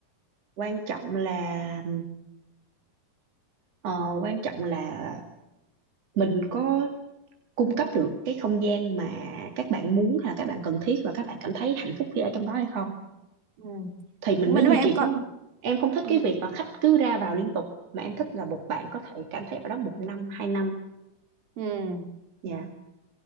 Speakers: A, on the right; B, on the right.
A: quan trọng là ờ, quan trọng là mình có cung cấp được cái không gian mà các bạn muốn hay là các bạn cần thiết và các bạn cảm thấy hạnh phúc khi ở trong đó hay không.
B: ừ.
A: thì mình
B: nhưng
A: mới
B: mà nếu
A: duy
B: mà em
A: trì
B: có
A: có em không thích
B: ừ.
A: cái việc mà khách cứ ra vào liên tục mà em thích là một bạn có thể cảm thấy ở đó một năm hai năm
B: ừ
A: dạ